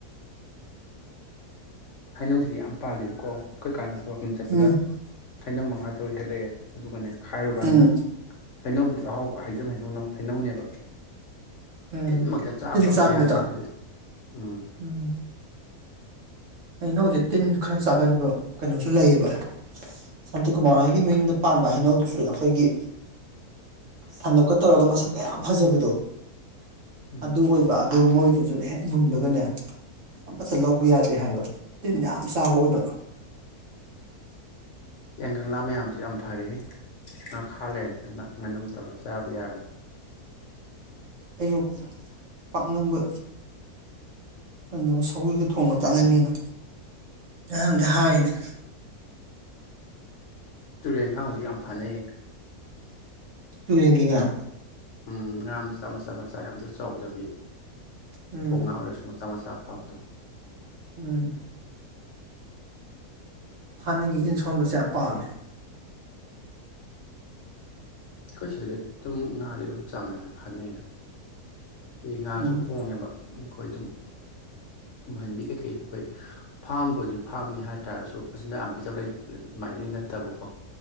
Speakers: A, on the left (about 55°); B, on the right (about 55°).
A: ꯍꯥꯏꯩꯅꯧꯁꯤꯗꯤ ꯌꯥꯝ ꯄꯥꯜꯂꯤꯕ ꯀꯣ ꯑꯩꯈꯣꯏ ꯀꯥꯟꯗ ꯁꯕꯪ ꯆꯠꯄꯗ
B: ꯎꯝ
A: ꯈꯥꯏꯗꯧ ꯃꯉꯥ ꯇꯧ ꯍꯦꯜꯂꯛꯑꯦ ꯑꯗꯨꯒꯅꯦ ꯈꯥꯏꯔꯨ ꯀꯥꯟꯗꯅ
B: ꯎꯝ
A: ꯍꯩꯅꯧꯕꯕꯨꯗꯤ ꯑꯍꯥꯎꯕ ꯍꯩꯖꯝꯩꯅ ꯍꯩꯅꯧꯅꯦꯕ
B: ꯎꯝ
A: ꯇꯤꯟꯃꯛꯇ ꯆꯥꯕ
B: ꯇꯤꯟ
A: ꯑꯝꯇ
B: ꯆꯪꯕꯗꯣ
A: ꯌꯥꯗꯦ ꯑꯗꯨꯗꯤ ꯎꯝ
B: ꯎꯝ ꯍꯩꯅꯧꯁꯦ ꯇꯤꯟ ꯈꯔ ꯆꯥꯒꯟꯕ ꯀꯩꯅꯣꯁꯨ ꯂꯩꯌꯦꯕ ꯁꯥꯟꯇꯤꯀꯨꯃꯥꯔ ꯍꯥꯏꯒꯤ ꯃꯌꯨꯝꯗ ꯄꯥꯟꯕ ꯍꯩꯅꯧꯗꯨꯁꯨ ꯑꯩꯈꯣꯏꯒꯤ ꯁꯥꯡꯒꯞꯀ ꯇꯧꯔꯒ ꯃꯁꯛ ꯀ ꯌꯥꯝ ꯐꯖꯕꯗꯣ
A: ꯎꯝ
B: ꯑꯗꯨ ꯑꯣꯏꯕ ꯑꯗꯨ ꯑꯗꯨꯒ ꯃꯣꯏꯗꯨꯁꯨꯅ ꯍꯦꯛ ꯃꯨꯟꯕꯒꯅꯦ ꯑꯃꯠꯇ ꯂꯧꯕ ꯌꯥꯗꯦ ꯍꯥꯏꯕ ꯇꯤꯟ ꯌꯥꯝ ꯆꯥꯕ ꯑꯣꯏꯕ
A: ꯌꯥꯏ ꯀꯪꯂꯥ ꯃꯌꯥꯝꯁꯨ ꯌꯥꯝ ꯐꯔꯦꯦ ꯈꯥ ꯂꯩꯔꯗꯤ ꯉ ꯉꯟꯅꯝ ꯇꯧꯔꯒ ꯆꯥꯕ ꯌꯥꯔꯝꯃꯦ
B: ꯑꯩꯁꯨ ꯄꯥꯛꯅꯕ ꯀꯩꯅꯣ ꯁꯧꯤꯒ ꯊꯣꯡꯅ ꯆꯥꯅꯤꯡꯉꯦꯅ ꯉꯔꯥꯡꯗꯤ ꯍꯥꯏꯔꯤꯅꯦ
A: ꯇꯨꯔꯦꯟꯒ ꯍꯧꯖꯤꯛ ꯌꯥꯝ ꯐꯅꯩ
B: ꯇꯨ ꯌꯦꯉꯤꯉ
A: ꯎꯝ ꯉꯥ ꯃꯆꯥ ꯃꯆꯥ ꯃꯆꯥ ꯌꯥꯝꯗꯤ ꯆꯥꯎꯗꯕꯤ
B: ꯎꯝ
A: ꯄꯣꯛ ꯉꯥ ꯑꯣꯏꯔꯁꯨ ꯆꯃꯆꯥꯞ ꯍꯥꯞꯗꯨꯣ
B: ꯎ ꯍꯅꯤꯡꯉꯤ ꯏꯟ ꯁꯣꯟꯕꯁꯦ ꯌꯥꯝ ꯄꯥꯝꯃꯦ
A: ꯑꯩꯈꯣꯏ ꯁꯤꯗꯗꯤ ꯑꯗꯨꯝ ꯉꯥꯥꯁ ꯑꯗꯨꯝ ꯆꯥꯡ ꯅꯥꯏꯅ ꯐꯥꯅꯩꯗ ꯑꯗꯩ ꯉꯥꯁꯨ
B: ꯎꯝ
A: ꯍꯣꯡꯉꯦꯕ ꯑꯩꯈꯣꯏ ꯑꯗꯨꯝ ꯅꯨꯡꯍꯟꯕꯤ ꯀꯩꯀꯩ ꯑꯩꯈꯣꯏ ꯐꯥꯝꯕꯨꯗꯤ ꯐꯥꯝꯅꯤ ꯍꯥꯏ ꯇꯥꯔꯁꯨ ꯃꯆꯤꯟꯖꯥꯛ ꯌꯥꯝ ꯄꯤꯖꯕ ꯑꯗꯨꯃꯥꯏꯅꯗꯤ ꯅꯠꯇꯕꯀꯣ